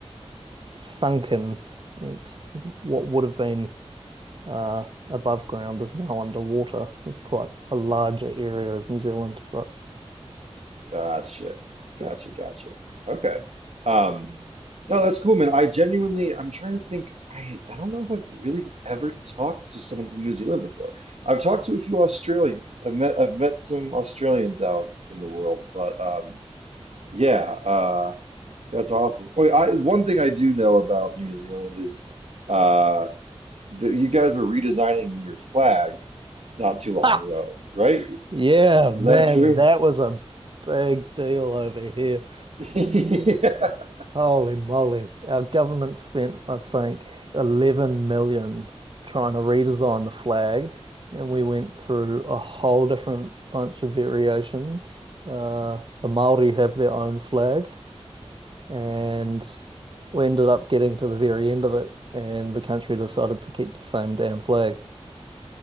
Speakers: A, on the right; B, on the right.
A: sunken. It's what would have been uh, above ground is now underwater. It's quite a larger area of New Zealand, but
B: Gotcha.
A: yeah.
B: Gotcha. Gotcha. Okay. Um, no, that's cool, man. I genuinely, I'm trying to think. I, I don't know if I've really ever talked to someone from New Zealand before. I've talked to a few Australians. I've met, I've met some Australians out in the world, but um, yeah, uh, that's awesome. Wait, I, one thing I do know about New Zealand is uh, that you guys were redesigning your flag not too long
A: Ha!
B: ago, right?
A: Yeah,
B: Is
A: man,
B: that true?
A: that was a big deal over here.
B: <laughs>
A: Holy moly. Our government spent, I think, 11 million trying to redesign the flag, and we went through a whole different bunch of variations. Uh, the Maori have their own flag. and we ended up getting to the very end of it, and the country decided to keep the same damn flag.